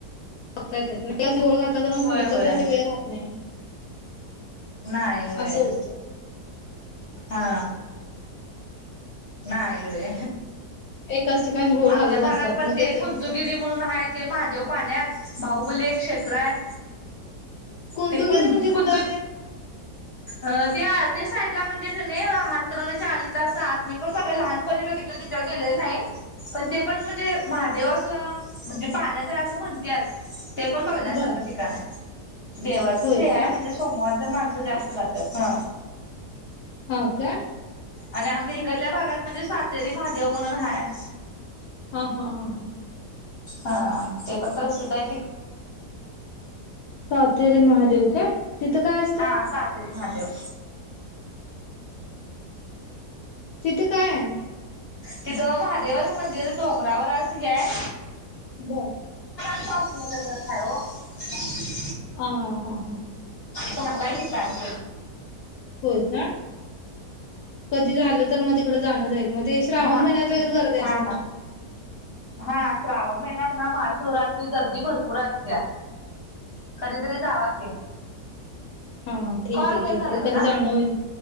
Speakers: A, on the left; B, on the left.
A: बघता येतय नई गोळ घातला तर मग
B: होय
A: पुढच्यासाठी
B: होय
A: वेळ राहत नाही.
B: नाही होय
A: असं होत
B: हा नाही होय.
A: एकाच ठिकाणी घोळ घालत
B: आमच्या भागात
A: बसतात
B: पण
A: मग
B: ते
A: तर
B: कुंतुगिरी म्हणून हाय ते महादेव पाण्यात बाहुबली एक क्षेत्र आहे.
A: कुंतुगिरी
B: ते कुं
A: म्हणजे
B: कुंतु
A: कुठंय तेे?
B: अ ते आळते साईडला म्हणजे, कनि हातकणंगले च्या अलीकड अस आत, मी पण बघा लहानपणी बघितलं तेच्या गेलेलं नाही. पण ते पण म्हणजे, महादेव असं म्हणजे पाण्यात आहे असं म्हणत्यात. ते पण बघनासारखं
A: बर
B: ठिकाण आहे. देवाचच
A: होय
B: हे
A: का?
B: आहे म्हणजे सोमवार. माणस जास्त जात्यात हा.
A: हो का.
B: आणि आमच्या इकडल्या भागात म्हणजे सातेरी महादेव म्हणून हाय
A: हा हा हा हा.
B: हा, ते पण परत शिकाय
A: सातरे महादेव काय? तिथं काय असते?
B: हा सातेरी महादेव.
A: तिथे काय आहे?
B: तिथं महादेवाचं मंदिर डोंगरावर असं हे हाय.
A: बर.
B: पात लग खायो <unintelligible>
A: हं हां हां हां.
B: चांगला आहेच काम
A: होय का. कधी झालं तर मते थं जाणं जाईल ते श्रावण
B: हां
A: महिन्यात वगैरे गर्दी
B: हा
A: असणार
B: हा हा श्रावण म णा महाशिवरात्री गर्दी भरपूर असत्या. कधीतरी जावा की,
A: हां ठीक
B: कॉल
A: आहे,
B: हे
A: ठीक
B: झालाय
A: आहे,
B: बघा
A: कधी जाणं होईल?